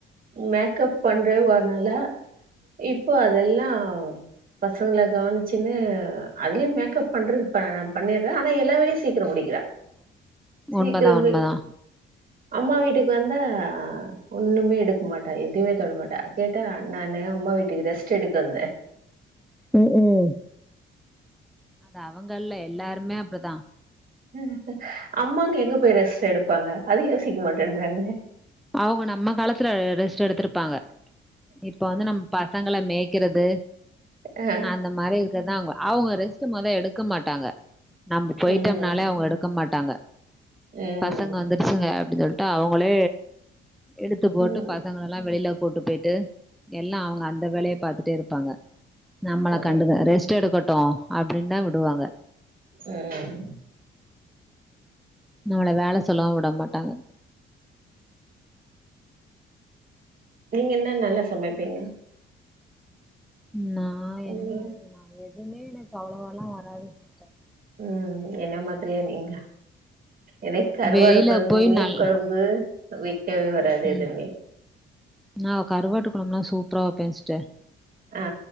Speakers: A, on the right (about 45°); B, in the centre.
A: மேக்கப் பண்றேனால இப்போ அதெல்லாம் பசங்கள கவனிச்சின்னு அதுலயும் மேக்கப் பண்றது பண்ணிடுறேன் ஆனா எல்லா வேலையும் சீக்கிரம் முடிக்கிறா சீக்கிரம்
B: உண்மதா உண்மதா
A: வி அம்மா வீட்டுக்கு வந்தா ஒண்ணுமே எடுக்க மாட்டா எதுமே தொட மாட்டா கே கேட்டா நானு அம்மா வீட்டுக்கு ரெஸ்ட் எடுக்க வந்தேன்
B: உம் உம் அது அவுங்க இல்ல எல்லாருமே அப்படிதான்
A: ஹ அம்மாங்க எங்க போய் ரெஸ்ட் எடுப்பாங்க அத யோசிக்க மாட்டேன்றாங்க
B: அவுங்க நம்ம காலத்துல ரெஸ்ட் எடுத்திருப்பாங்க இப்ப வந்து நம்ம பசங்களை மே ய்க்கிறது
A: ஆ
B: அந்த மாதிரி இருக்குறதுதான் அவுங்க அவுங்க ரெஸ்ட் மொத எடுக்க மாட்டாங்க நம்ம போயிட்டோம்னாலே
A: ம்
B: அவுங்க எடுக்க மாட்டாங்க
A: ம்
B: பசங்க வந்துடுச்சுங்க அப்படின் சொல்லி ட்டு அவுங்களே எடுத்து போட்டு
A: ம்
B: பசங்கள எல்லாம் வெளியில கூட்டு போயி ட்டு எல்லாம் அவுங்க அந்த வேலய பாத்துட்டே இருப்பாங்க நம்மள
A: ம்
B: கண்டுக்க ரெஸ்ட் எடுக்க அப்படின் தான் விடுவாங்க
A: ம்
B: நம்மள வேல சொல்ல விட மாட்டாங்க
A: நீங்க என்ன நல்லா சமைப்பீங்க
B: நா என்ன
A: நீங்க
B: அ நா எதுவுமே எனக்கு அவ்வளவா எல்லாம் வராது சிஸ்டர்
A: உம் என்ன மாதிரியே நீங்க எனக்கு கருவாடு
B: வெளில
A: கொழம்பு
B: போய்
A: மீன்
B: நல்
A: கொழம்பு வக்கவே வராது
B: ம் ம்
A: எதுமே
B: நா கருவாட்டு கொழம்லா சூப்பரா வப்பே ஸ்டர்
A: ஆ